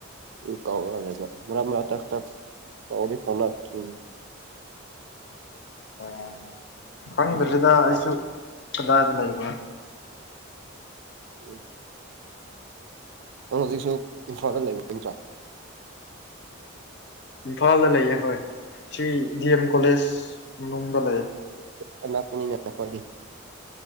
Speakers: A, on the right; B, on the left.
A: ꯑꯗꯨ ꯇꯧꯔꯣ ꯑꯗꯩꯩꯗ ꯃꯔꯛ ꯃꯔꯛꯇ ꯈꯛꯇ ꯄꯥꯎꯗꯤ ꯐꯥꯎꯅꯈꯤꯕꯅꯤ
B: ꯑꯣ ꯈꯪꯗ꯭ꯔꯦꯗ ꯑꯩꯁꯨ ꯀꯗꯥꯏꯗ ꯂꯩꯕ
A: ꯎꯝ ꯅꯪ ꯍꯧꯖꯤꯛꯁꯨ ꯏꯝꯐꯥꯜꯗ ꯂꯩꯕ ꯅꯠꯇ꯭ꯔꯥ
B: ꯏꯝꯐꯥꯜꯗ ꯂꯩꯌꯦ ꯍꯣꯏ ꯁꯤ ꯗꯦꯝ ꯀꯣꯂꯦꯖ ꯃꯅꯨꯡꯗ ꯂꯩꯌꯦ
A: ꯑꯥꯅꯛꯄꯅꯤꯅꯦ ꯅꯈꯣꯏꯗꯤ